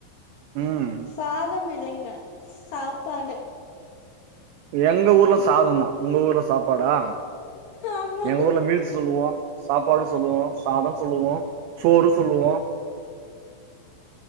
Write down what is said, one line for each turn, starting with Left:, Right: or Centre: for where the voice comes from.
Right: ம்
Left: சாதம் இல்லைங்க சாப்பாடு
Right: எங்க ஊர்ல சாதந்தா உங்க ஊர்ல சாப்பாடா
Left: ஆமாம்
Right: எங்க ஊர்ல மீல் சொல்லுவோ சாப்பாடு சொல்லுவோ சாத சொல்லுவோ சோறு சொல்லுவோ